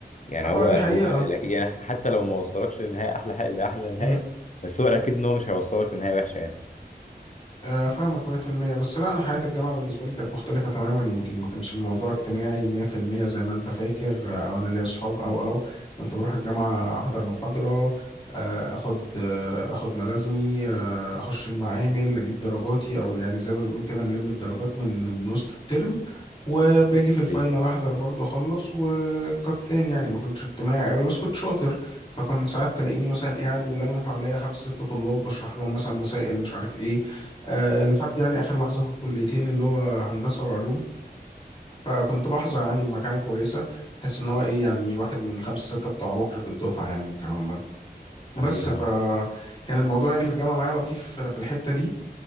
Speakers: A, on the left; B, on the left.
A: يعني هو
B: اه دي
A: هو
B: حقيقة
A: الأكيد يعني حتى لو ما وصلكش لنهاية أحلى حاجة لأحلى نهاية
B: مهم.
A: بس هو الأكيد إن هو مش هيوصلك لنهاية وحشة يعني
B: آه، فاهمك 100% بس لا انا حياة الجامعة بالنسبة لي كانت مختلفة تماما يمكن ما كانش الموضوع اجتماعي 100% زي ما انت فاكر آه، او انا ليا اصحاب او او كنت بروح الجامعة احضر محاضرة آه، اخد آه، اخد ملازمي آه، اخش المعامل اجيب درجاتي او يعني زي ما بنقول كده نلم الدرجات من من وسط الترم وباجي في الفاينل
A: هي
B: احضر برضه اخلص وقد كان يعني ما كنتش اجتماعي قوي بس كنت شاطر فكنت ساعات تلاقيني مثلا قاعد ولامم حواليا خمسة ستة طلاب بشرح لهم مثلا مسائل مش عارف ايه أه لحد يعني اخر لحظة في الكليتين اللي هو هندسة وعلوم فكنت بحظى يعني بمكانة كويسة احس ان هو ايه يعني واحد من الخمسة ستة بتوع بكرة الدفعة يعني والكلام ده
A: صحيح
B: بس فكان
A: آه.
B: الموضوع يعني في الجامعة معايا لطيف في الحتة دي